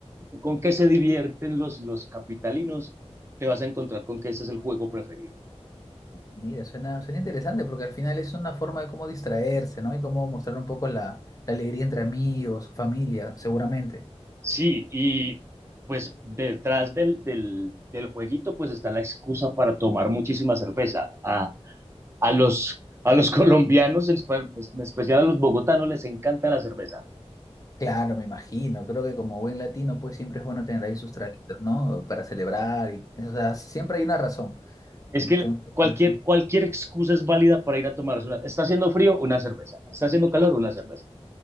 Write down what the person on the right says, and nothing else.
con qué se divierten los, los capitalinos, te vas a encontrar con que ese es el juego preferido.
Sí, y pues detrás del, del, del jueguito pues está la excusa para tomar muchísima cerveza. A, a los, a los <laughs> colombianos, en espe- en especial a los bogotanos, les encanta la cerveza.
Es
que cualquier,
cualquier excusa es válida para ir a tomarse una. Está haciendo frío, una cerveza. Está haciendo calor, una cerveza.